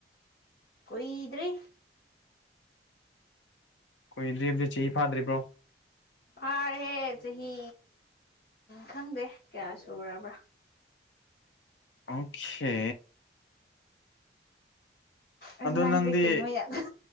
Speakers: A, on the left; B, on the left.
A: ꯀꯨꯏꯗ꯭ꯔꯤ
B: ꯀꯨꯏꯗ꯭ꯔꯤ ꯍꯥꯏꯕꯗꯤ ꯆꯍꯤ ꯐꯥꯗ꯭ꯔꯤꯕ꯭ꯔꯣ
A: ꯐꯥꯔꯦ ꯆꯍꯤ ꯈꯪꯗꯦ ꯀꯌꯥ ꯁꯨꯔꯕ꯭ꯔꯥ
B: ꯑꯣꯈꯦ
A: ꯑꯁ
B: ꯑꯗꯣ
A: ꯅꯪꯁꯦ
B: ꯅꯪꯗꯤ
A: ꯀꯩꯅꯣ ꯌꯥꯝ